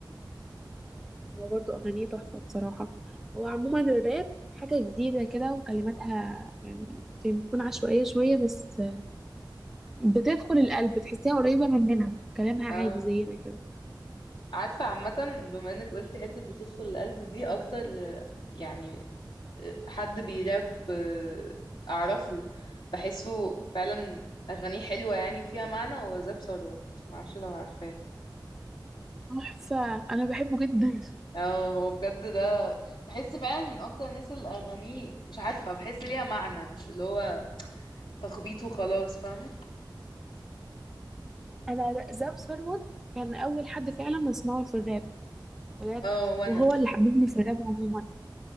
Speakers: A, in the centre; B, on the left (about 75°).
A: هو برضو أغانيه تحفة بصراحة هو عموما الراب حاجة جديدة كده وكلماتها يعني زي ما تكون عشوائية شوية بس بتدخل
B: بس-
A: القلب تحسيها قريبة مننا كلامها
B: اه
A: عادي زينا كده
B: عارفة عامة بما انك قلتي حتة بتدخل القلب دي اكتر آه، يعني آه، حد بيراب آه، اعرفه بحسه فعلا اغانيه حلوة يعني وفيها معنى هو زاب ثروت معرفش لو عارفاه
A: تحفة أنا بحبه جدا
B: اه هو بجد ده بحس فعلا من اكتر الناس اللي اغانيه مش عارفة بحس ليها معنى مش اللي هو تخبيط وخلاص فاهمة
A: انا زاب ثروت كان اول حد فعلا اسمعه في الراب بجد
B: اه وانا
A: وهو اللي حببني في الراب عموما